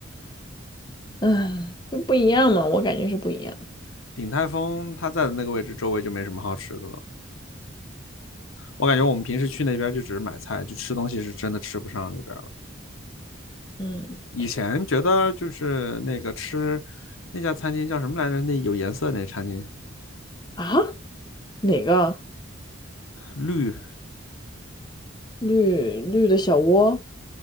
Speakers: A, on the left; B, on the left.
A: 嗯，就不一样嘛，我感觉是不一样。
B: <laughs> 鼎泰丰它在的那个位置周围就没什么好吃的了。我感觉我们平时去那边就只是买菜，就吃东西是真的吃不上那边了。
A: 嗯，
B: 以前觉得就是那个吃
A: 去
B: 那家餐厅叫什么来着？那有颜色那餐厅。
A: 啊，哪个
B: 绿
A: 绿绿的小窝？